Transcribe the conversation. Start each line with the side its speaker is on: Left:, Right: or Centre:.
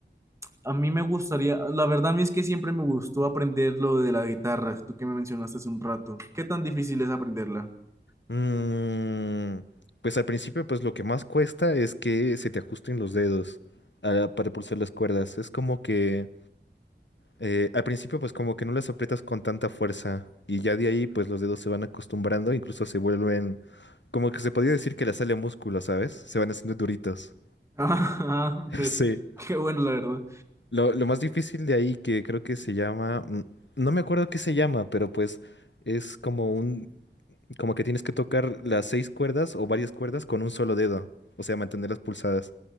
Right: a mí me gustaría, la verdad a mí es que siempre me gustó aprender lo de la guitarra, tú que me mencionaste hace un rato. ¿Qué tan difícil es aprenderla? <laughs>
Left: Mm, pues al principio, pues lo que más cuesta es que se te ajusten los dedos ah, para pulsar las cuerdas. Es como que eh, al principio, pues como que no las aprietas con tanta fuerza y ya de ahí, pues los dedos se van acostumbrando, incluso se vuelven, como que se podría decir que la sale a músculo, ¿sabes? Se van haciendo duritos.
Right: Ah,
Left: <laughs>
Right: pues
Left: Sí.
Right: qué bueno, la verdad.
Left: Lo, lo más difícil de ahí que creo que se llama, mm, no me acuerdo qué se llama, pero pues es como un Como que tienes que tocar las seis cuerdas o varias cuerdas con un solo dedo, o sea, mantenerlas pulsadas.